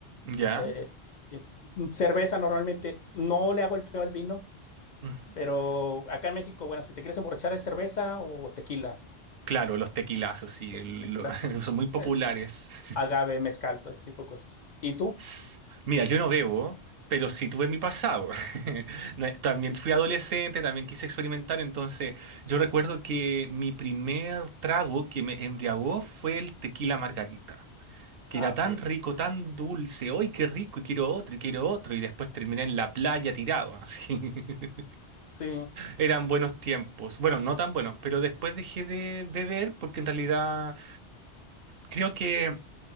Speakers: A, on the right; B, on the left.
A: Ya.
B: Eh, y cerveza normalmente no le hago el feo al vino,
A: Mm.
B: pero acá en México, bueno, si te quieres emborrachar es cerveza o tequila,
A: Claro, los tequilazos, sí,
B: pues
A: lo-
B: tequila,
A: <laughs> son muy populares.
B: el agave, mezcal, todo ese tipo de cosas. ¿Y tú?
A: S- Mira, yo no bebo, pero sí tuve mi pasado. <laughs> No, eh, También fui adolescente, también quise experimentar, entonces yo recuerdo que mi primer trago que me embriagó fue el tequila margarita, que
B: Ah,
A: era
B: ok.
A: tan rico, tan dulce, ¡ay, qué rico! Y quiero otro, y quiero otro, y después terminé en la playa tirado, así. <laughs>
B: Sí,
A: Eran buenos tiempos. Bueno, no tan buenos, pero después dejé de beber porque en realidad creo que...